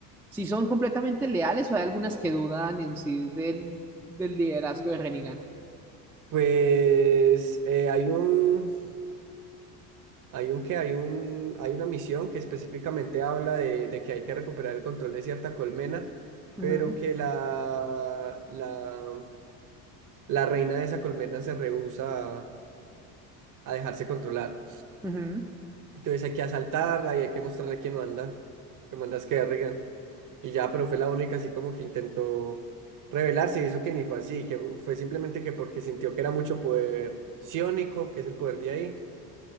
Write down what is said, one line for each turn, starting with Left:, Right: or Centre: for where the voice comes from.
Centre: si son completamente leales o hay algunas que dudan en sí del, del liderazgo de Rennigan.
Right: Pues eh, hay un, hay un que hay un, hay una misión que específicamente habla de, de que hay que recuperar el control de cierta colmena,
Centre: Ujú,
Right: pero que la, la, la reina de esa colmena se rehúsa a, a dejarse controlar.
Centre: ujú,
Right: Entonces hay que asaltarla y hay que mostrarle quién manda, que manda es Kerrigan. Y ya, pero fue la única así como que intentó rebelarse y eso que ni fue así, que fue simplemente que porque sintió que era mucho poder ciónico, que es el poder de ahí,